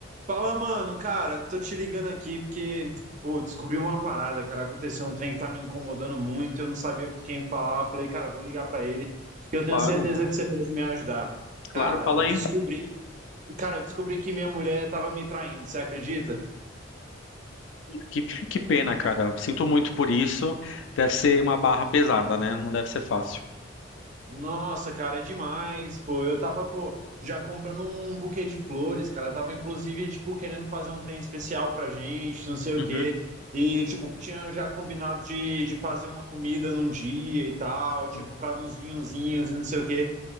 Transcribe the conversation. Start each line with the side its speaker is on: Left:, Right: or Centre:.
Right: Fala, mano, cara, tô te ligando aqui porque, pô, descobri uma parada, cara, aconteceu um trem que tá me incomodando muito, eu não sabia com quem falar, falei, cara, vou ligar pra ele, que eu tenho
Left: Claro,
Right: certeza que você pode me ajudar.
Left: claro,
Right: Cara,
Left: fala
Right: descobri,
Left: aí.
Right: cara, descobri que minha mulher tava me traindo, você acredita?
Left: Que, que pena, cara. Sinto muito por isso. Deve ser uma barra pesada, né? Não deve ser fácil.
Right: Nossa, cara, é demais, pô. Eu tava, pô, já comprando um buquê de flores, cara. Eu tava, inclusive, tipo, querendo fazer um trem especial pra gente, não sei o
Left: Uhum,
Right: quê. E, tipo, tinha já combinado de, de fazer uma comida num dia e tal.
Left: uhum,
Right: Tinha comprado uns vinhozinhos e não sei o quê.